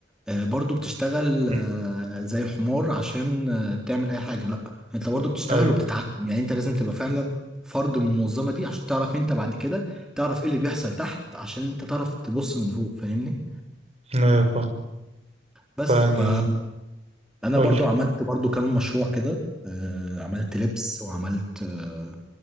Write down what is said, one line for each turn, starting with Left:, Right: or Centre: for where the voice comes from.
Centre: آه، برضو بتشتغل
Right: مم.
Centre: آه، زي الحمار عشان آه، تعمل اي حاجه لا انت برضو بتشتغل
Right: ايوه
Centre: وبتتعلم يعني انت لازم تبقى فعلا فرد من المنظمه دي عشان تعرف انت بعد كده تعرف ايه اللي بيحصل تحت عشان انت تعرف تبص من فوق فاهمني
Right: ايوه فا
Centre: بس
Right: فيعني
Centre: فانا برضو
Right: قول لي
Centre: عملت برضو كام مشروع كده آه، عملت لبس وعملت آه،